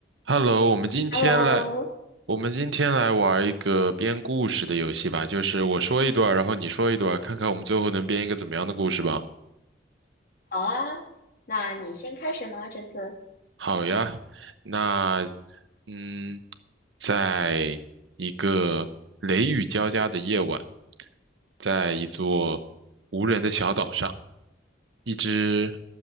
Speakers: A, on the right (about 80°); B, on the left (about 50°).
A: Hello，我们今天来，
B: Hello，
A: 我们今天来玩一个编故事的游戏吧，就是我说一段儿然后你说一段儿看看我们最后能编一个怎么样的故事吧。
B: 好啊，那你先开始吗？这次，
A: 好呀，那嗯，在一个雷雨交加的夜晚，在一座无人的小岛上，一只